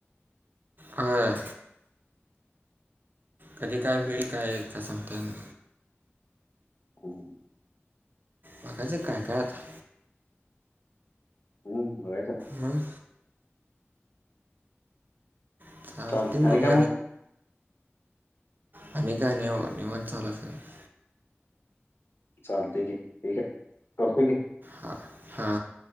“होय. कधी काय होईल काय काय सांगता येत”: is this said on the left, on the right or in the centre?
Right